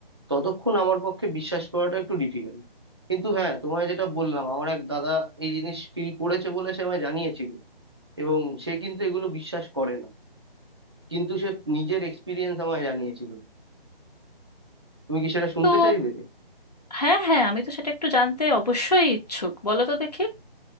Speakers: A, on the right; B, on the left.
A: ততক্ষণ আমার পক্ষে বিশ্বাস করাটা একটু ডিফিকাল্ট কিন্তু হ্যাঁ তোমায় যেটা বললাম আমার এক দাদা এই জিনিস ফিল করেছে বলে সে আমায় জানিয়েছিল এবং সে কিন্তু এগুলো বিশ্বাস করে না কিন্তু সে নিজের এক্সপিরিয়েন্স আমায় জানিয়েছিল তুমি কি সেটা শুনতে
B: তো
A: চাইবে
B: হ্যাঁ হ্যাঁ আমি তো সেটা একটু জানতে অবশ্যই ইচ্ছুক বলো তো দেখি